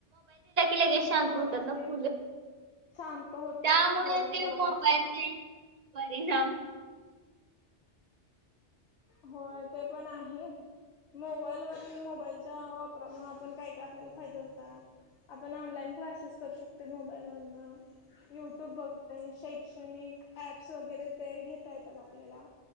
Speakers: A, on the right; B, on the left.
A: लगे शांत
B: होय
A: होतात ना
B: ते
A: फुलं.
B: शांत होतात
A: त्यामुळे
B: होय
A: ते
B: बरोबर
A: मोबाईलचे
B: आहे.
A: परिणाम.
B: होय ते पण आहे. मोबाईल वून मोबाईलच्या वापरामुळे आपण काय काय आपल्याला फायदे होतात. आपण ऑनलाईन क्लासेस करू शकते मोबाईलवरन. युट्यूब बघते शैक्षणिक. अप्स वगैरे ते घेता येतात आपल्याला